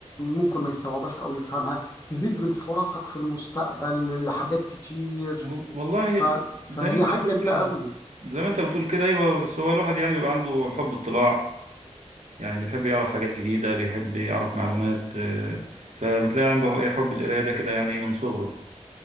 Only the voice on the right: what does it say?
وال- والله
زي ما أنت
بتقول
كده
زي ما أنت بتقول كده أيوه بس هو الواحد يعني بيبقى عنده حب اطلاع يعني بيحب يعرف حاجات جديدة بيحب يعرف معلومات آه، فبتلاقي عنده إيه حب القراية ده كده يعني إيه من صغره